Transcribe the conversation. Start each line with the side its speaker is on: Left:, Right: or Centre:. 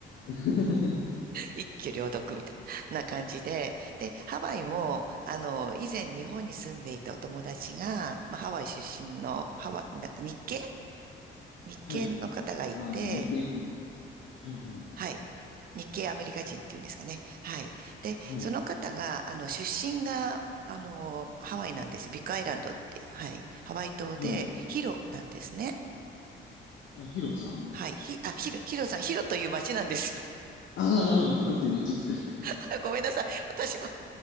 Left: <laughs>
Right: 一挙両得みたいな感じで、で、ハワイも、あの、以前日本に住んでいたお友達が、まあ、ハワイ出身の、ハワイ、なんか日系日系の方がいて、
Left: はい。あ、あの日系、はいはい。
Right: はい。日系アメリカ人っていうんですかね。はい。で、
Left: はい。
Right: その方が、あの、出身が、あの、ハワイなんですよ。ビッグアイランドって、はい。ハワイ島で、
Left: はい。
Right: ヒロなんですね。
Left: あ、ヒロさん。
Right: はい。ひ、あ、ヒロ、ヒロさん、ヒロという町なんです。
Left: ああ、なるほど。ヒロという町ですか。<laughs>
Right: <laughs> ごめんなさい。私も